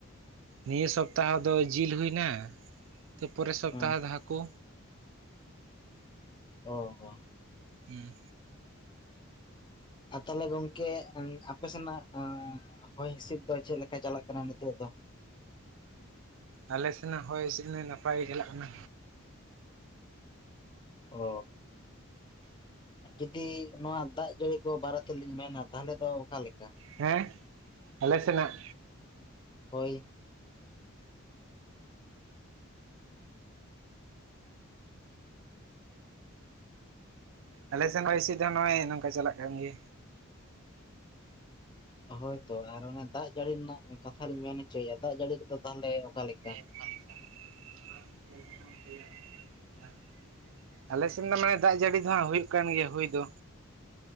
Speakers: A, on the right (about 65°); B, on the left (about 20°).
A: ᱱᱤᱭᱟᱹ ᱥᱚᱵ ᱛᱟᱦᱚ ᱫᱚ ᱡᱤᱞ ᱦᱩᱭ ᱮᱱᱟ ᱛᱟᱨᱯᱚᱨᱮ ᱥᱚᱯᱛᱟᱦᱚ
B: ᱦᱮᱸ
A: ᱫᱚ ᱦᱟᱹᱠᱩ,
B: ᱚ ᱚ,
A: ᱦᱩᱸ
B: ᱟᱨ ᱛᱟᱦᱚᱞᱮ ᱜᱚᱝᱠᱮ ᱟᱯᱮ ᱥᱮᱱᱟᱜ ᱦᱚᱭ ᱦᱤᱸᱤᱥᱤᱫ ᱫᱚ ᱪᱮᱫ ᱞᱮᱠᱟ ᱪᱟᱞᱟᱜ ᱠᱟᱱᱟ ᱱᱤᱛᱚᱜ ᱫᱚ,
A: ᱟᱞᱮ ᱥᱮᱱᱟᱜ ᱦᱚᱭ ᱦᱤᱸᱥᱤᱫ ᱱᱟᱭ ᱱᱟᱯᱟᱭ ᱜᱮ ᱪᱟᱞᱟᱜ ᱠᱟᱱᱟ,
B: ᱚ ᱡᱩᱫᱤ ᱱᱚᱣᱟ ᱫᱟᱜ, ᱡᱟᱹᱲᱤ ᱠᱚ ᱵᱟᱨᱮ ᱛᱮᱞᱤᱧ ᱢᱮᱱᱟ ᱛᱟᱦᱚᱞᱮ ᱫᱚ ᱚᱠᱟᱞ ᱞᱮᱠᱟ,
A: ᱦᱮᱸ ᱟᱞᱮ ᱥᱮᱱᱟᱜ,
B: ᱦᱳᱭ,
A: ᱟᱞᱮ ᱥᱮᱱ ᱦᱚᱭ ᱦᱤᱸᱥᱤᱫ ᱫᱚ ᱱᱚᱜᱼᱚᱭ ᱱᱚᱝᱠᱟ ᱪᱟᱞᱟᱜ ᱠᱟᱱ ᱜᱮᱭᱟ,
B: ᱦᱳᱭᱛᱚ ᱟᱨ ᱚᱱᱟ ᱫᱟᱜ ᱡᱟᱹᱲᱤ ᱨᱮᱱᱟᱜ ᱠᱟᱛᱷᱟ ᱞᱤᱧ ᱢᱮᱱ ᱦᱚᱪᱚᱭᱮᱜᱼᱟ ᱫᱟᱜ ᱡᱟᱹᱲᱤ ᱠᱚᱫᱚ ᱛᱟᱦᱚᱞᱮ ᱚᱠᱟ ᱞᱮᱠᱟ,
A: <inaudible> ᱟᱞᱮ ᱥᱮᱱ ᱫᱚ ᱢᱟᱱᱮ ᱫᱟᱜ ᱡᱟᱹᱲᱤ ᱫᱚ ᱦᱟᱜ ᱦᱩᱭᱩᱜ ᱠᱟᱱ ᱜᱮᱭᱟ ᱦᱩᱭ ᱫᱚ,